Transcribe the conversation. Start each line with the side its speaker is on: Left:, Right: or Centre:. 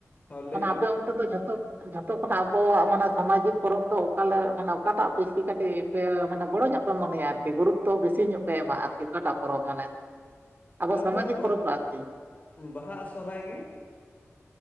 Left: ᱦᱚᱸ ᱞᱟᱹᱭ
Right: ᱚᱱᱟ
Left: ᱵᱮᱱ
Right: ᱟᱯᱮ ᱚᱱᱛᱮ ᱫᱚ ᱡᱷᱚᱛᱚ ᱡᱷᱚᱛᱚ ᱠᱷᱚᱱᱟᱜ ᱟᱵᱚᱣᱟᱜ ᱢᱟᱱᱮ ᱥᱟᱢᱟᱡᱤᱠ ᱯᱚᱨᱚᱵᱽ ᱫᱚ ᱚᱠᱟᱞᱮ, ᱢᱟᱱᱮ ᱚᱠᱟᱴᱟᱜ ᱵᱮᱥᱤ ᱠᱟᱹᱴᱤᱜ ᱯᱮ ᱢᱟᱱᱮ ᱵᱚᱲᱚ ᱧᱚᱜ ᱯᱮ ᱢᱚᱱᱮᱭᱟ ᱟᱨᱠᱤ ᱜᱩᱨᱩᱛᱚ ᱵᱮᱥᱤ ᱧᱚᱜ ᱯᱮ ᱮᱢᱟ ᱟᱨᱠᱤ ᱚᱠᱟᱴᱟᱜ ᱯᱚᱨᱚᱵᱽ? ᱢᱟᱱᱮ ᱟᱵᱚ
Left: ᱟᱞᱮ
Right: ᱥᱟᱢᱟᱡᱤᱠ
Left: ᱫᱚ ᱵᱷᱟᱜ,
Right: ᱯᱚᱨᱚᱵᱽ ᱨᱮ ᱟᱨᱠᱤ
Left: 'ᱵᱟᱦᱟ' ᱟᱨ 'ᱥᱚᱨᱦᱟᱭ' ᱜᱮ᱾